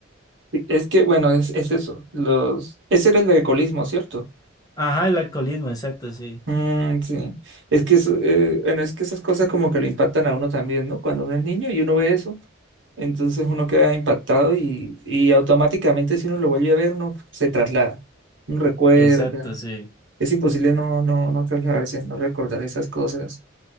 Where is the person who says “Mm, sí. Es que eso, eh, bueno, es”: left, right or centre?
Right